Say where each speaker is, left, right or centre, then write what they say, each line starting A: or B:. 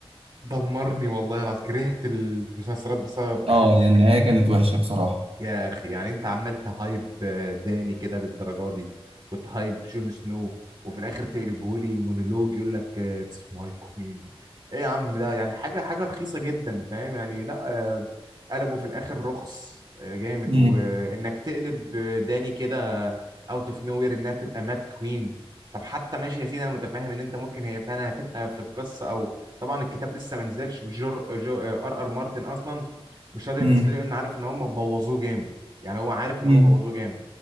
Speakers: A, on the right; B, on the right.
A: دمرني والله العظيم كرهت المسلسلات بسبب اخر
B: اه يعني النهايه كانت وحشه بصراحه
A: يا اخي يعني انت عمال تهايب آه، داني كده للدرجه دي وتهايب جون سنو وفي الاخر تقلبه لي مونولوج يقول لك اتس ماي كوين ايه يا عم ده يعني حاجه حاجه رخيصه جدا فاهم يعني لا آه، قلبه في الاخر رخص آه، جامد
B: امم
A: وانك تقلب آه، داني كده اوت اوف نو وير انها تبقى مات كوين طب حتى ماشي يا سيدي انا متفاهم ان انت ممكن هي فعلا هتبقى في القصه او طبعا الكتاب لسه ما نزلش وجر جو آه، ار ار مارتن اصلا مش راضي ينزله
B: امم
A: لانه عارف ان هم بوظوه جامد يعني هو عارف ان
B: امم
A: هم بوظوه جامد